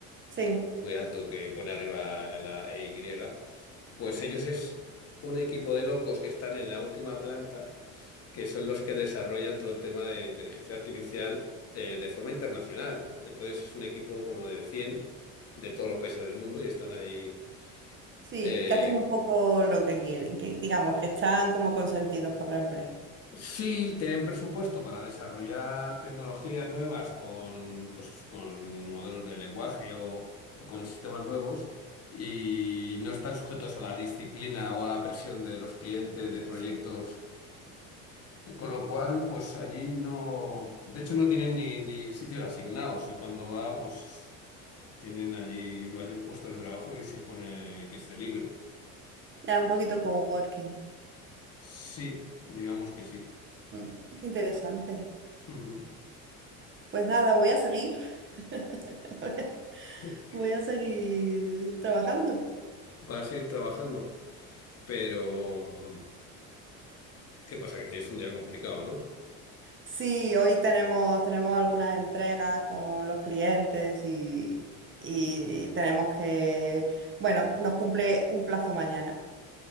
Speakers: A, on the right (about 30°); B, on the left (about 35°).
A: Sí,
B: muy alto, que pone arriba la E EY. Pues ellos es un equipo de locos que están en la última planta, que son los que desarrollan todo el tema de inteligencia artificial eh, de forma internacional. Entonces es un equipo como de 100 de todos los países del mundo y están ahí.
A: sí,
B: eh,
A: que hacen un poco lo que quieren, que digamos que están como consentidos por la empresa.
B: sí, tienen presupuesto para desarrollar tecnologías nuevas con, pues, con modelos de lenguaje o, o con sistemas nuevos. Y no están sujetos a la disciplina o a la presión de los clientes de proyectos
A: Eso.
B: Con lo cual, pues allí no, de hecho no tienen ni, ni sitio asignados. Él Cuando va, pues tienen allí varios puestos de trabajo y se pone que esté libre.
A: Ya un poquito coworking.
B: Sí, digamos que sí.
A: Mm, qué Interesante.
B: Ujú.
A: Pues nada, voy a seguir, <laughs>
B: Eh, Que
A: voy a seguir trabajando.
B: Vas a ir trabajando, pero mm, ¿qué pasa? Que tienes un día complicado, ¿no?
A: Sí, hoy tenemos, tenemos algunas entregas con los clientes y, y tenemos que, bueno, nos cumple un plazo mañana.